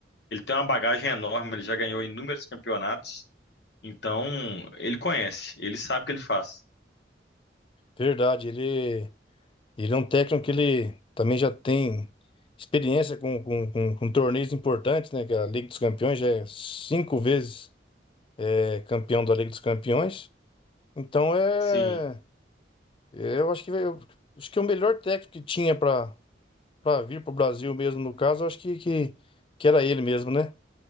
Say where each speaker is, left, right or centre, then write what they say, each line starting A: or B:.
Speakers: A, on the left (about 65°); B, on the left (about 30°).
A: ele tem uma bagagem enorme, ele já ganhou inúmeros campeonatos. Então, ele conhece, ele sabe o que ele faz.
B: verdade. Ele, ele é um técnico que ele também já tem experiência com, com, com, com torneios importantes, né? Que é a Liga dos Campeões já é cinco vezes é, campeão da Liga dos Campeões. Então é.
A: Sim,
B: É, Eu acho que veio- acho que é o melhor técnico que tinha para para vir para o Brasil mesmo, no caso, eu acho que, que, que era ele mesmo, né?